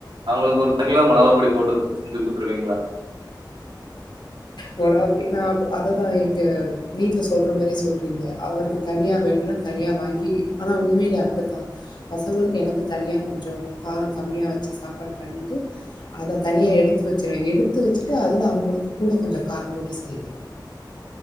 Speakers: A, on the right; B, on the left.
A: அவுங்களுக்கு ஒரு <unintelligible> மொளகா பொடி போட்டு செஞ்சு குடுத்துருவீங்ளா <inaudible>
B: மொளகா பொடி நா அப்ப அத தா எங்க வீட்ல சொல்ற மாரியே சொல்றீங்க அவருக்கு தனியா வேணுனா தனியா வாங்கி ஆனா உண்மைலே அப்டித்தா பசங்களுக்கு எனக்கு தனியா கொஞ்சோ காரோ கம்மியா வச்சு சாப்பாடு பண்ணிட்டு அத தனியா எடுத்து வச்சருவே எடுத்து வச்சுட்டு அதுல அவங்களுக்கு கூட கொஞ்சோ காரோ போட்டு செய்வே